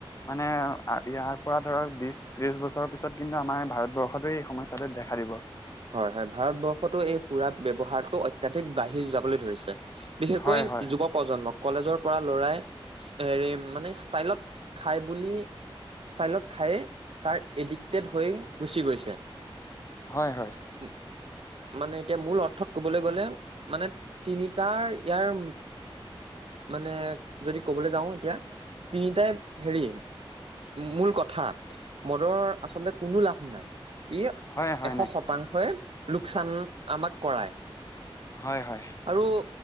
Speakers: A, on the left; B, on the right.
A: মানে ইয়াৰ পৰা ধৰক বিশ, ত্ৰিশ বছৰৰ পিছত কিন্তু আমাৰ ভাৰতবৰ্ষটো এই সমস্যাটো দেখা দিব
B: হয় হয় ভাৰতবৰ্ষতো এই সুৰা ব্যৱহাৰটো অত্যাধিক বাঢ়ি যাবলৈ ধৰিছে বিশেষকৈ
A: হয় হয়
B: যুৱ প্ৰজন্মক। কলেজৰ পৰা ল'ৰাই হেৰী মানে ষ্টাইলত খাই বুলি ষ্টাইলত খায়ে তাৰ এডিক্টেড হৈ গুচি গৈছে
A: হয় হয়
B: <unintelligible> মানে এতিয়া মূল অৰ্থত কবলৈ গ'লে মানে তিনিটাৰ ইয়াৰ মানে যদি ক'বলৈ যাও এতিয়া তিনিটাই হেৰি মূল কথা। মদৰ আচলতে কোনো লাভ নাই ইয়ে
A: হয় হয়
B: এশ
A: নাই
B: শতাংশই লোকচান আমাক কৰায়
A: হয় হয়
B: আৰু